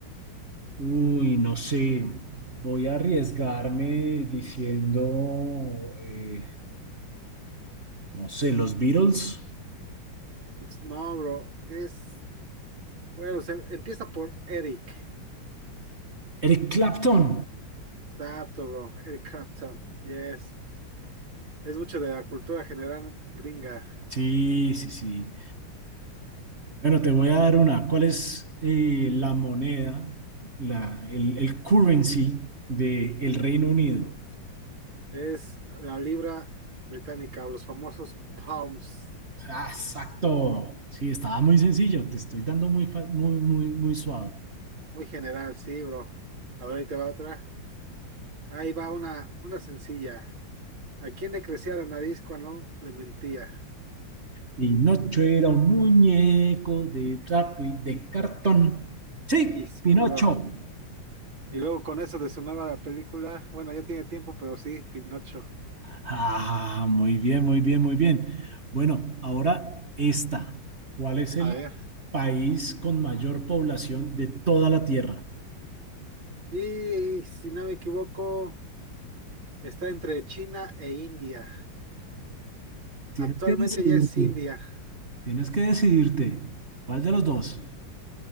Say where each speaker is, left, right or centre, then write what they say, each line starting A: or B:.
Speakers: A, on the right; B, on the right.
A: uy, no sé, voy a arriesgarme diciendo, eh, no sé, los Beatles,
B: No, bro, es, bueno, o sea, empieza por Eric.
A: Eric Clapton.
B: Está apto, bro. Eric Clapton. Yes. Es mucho de la cultura general gringa.
A: Sí, sí, sí. Bueno, te voy a dar una. ¿Cuál es eh, la moneda, la, el, el currency del Reino Unido?
B: Es la libra británica, los famosos pounds.
A: Ah, exacto. Sí, estaba muy sencillo. Te estoy dando muy, fa- muy, muy, muy suave.
B: Muy general, sí, bro. A ver, ahí te va otra. Ahí va una, una sencilla. ¿A quién le crecía la nariz cuando le mentía?
A: Y Pinocho era un muñeco de trapo y de cartón. Sí,
B: Y sí,
A: Pinocho.
B: bro. Y luego con eso de su nueva película, bueno, ya tiene tiempo, pero sí, Pinocho.
A: Ah, muy bien, muy bien, muy bien. Bueno, ahora esta. ¿Cuál es el
B: A ver.
A: país con mayor población de toda la Tierra?
B: Y si no me equivoco, está entre China e India.
A: Tienes
B: Actualmente
A: que decidirte.
B: ya es India.
A: Tienes que decidirte. ¿Cuál de los dos?